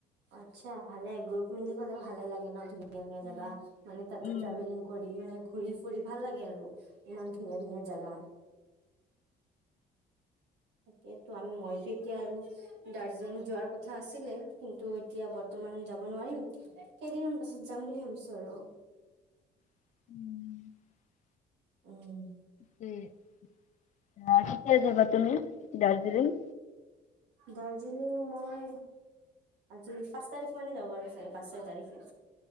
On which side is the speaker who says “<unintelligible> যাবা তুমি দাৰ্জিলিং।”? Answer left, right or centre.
Left